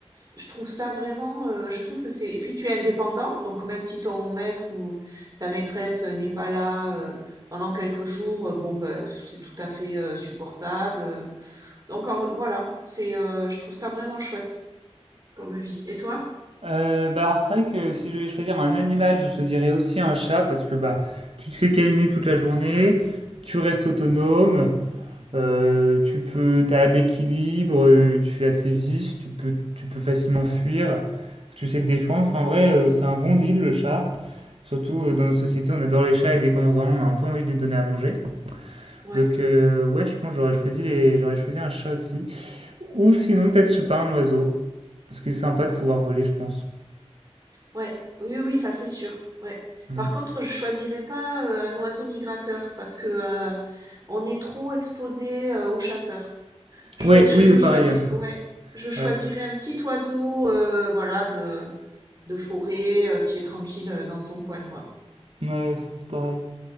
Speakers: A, on the right; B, on the right.
A: je trouve ça vraiment, heu, je trouve que c'est et puis tu es indépendant, donc même si ton maître ou ta maîtresse, n'est pas là, heu, pendant quelques jours, heu, bon, bah, c'est tout à fait, heu, supportable, donc en voilà, c'est, heu, je trouve ça vraiment chouette comme vie et toi?
B: Euh, bah, alors, c'est vrai que si je devais choisir un animal, je choisirais aussi un chat parce que bah tu te fais câliner toute la journée, tu restes autonome, euh, tu peux, t'as de l'équilibre, euh, tu es assez vif, tu peux, tu peux facilement fuir, tu sais te défendre. Enfin, en vrai, euh, c'est un bon deal le chat. Surtout euh, dans nos sociétés, on adore les chats et dès qu'on en voit un, on a un peu envie de lui donner à manger.
A: Ouais,
B: Donc euh, ouais, je pense que j'aurais choisi les... j'aurais choisi un chat aussi. Ou sinon, peut-être, je sais pas, un oiseau. Parce que c'est sympa de pouvoir voler, je pense.
A: ouais, oui, oui, oui, ça c'est sûr, ouais.
B: Mm.
A: Par contre, je choisirais pas, heu, un oiseau migrateur parce que, heu, on est trop exposé, heu, aux chasseurs. Je,
B: Ouais,
A: pré- je,
B: oui,
A: je
B: le
A: choisis,
B: pareil.
A: ouais, je choisirais
B: Ouais.
A: un petit oiseau, euh, voilà, de, de forêt, euh, qui est tranquille euh, dans son coin, quoi.
B: Ouais, c'est pareil.